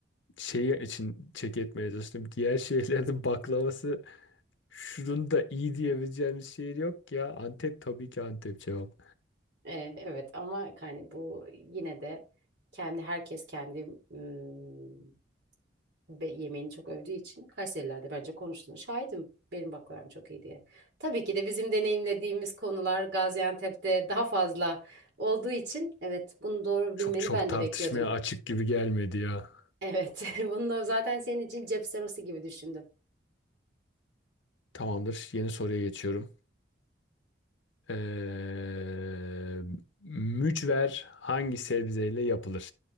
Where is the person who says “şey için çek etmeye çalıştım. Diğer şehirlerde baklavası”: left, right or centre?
Left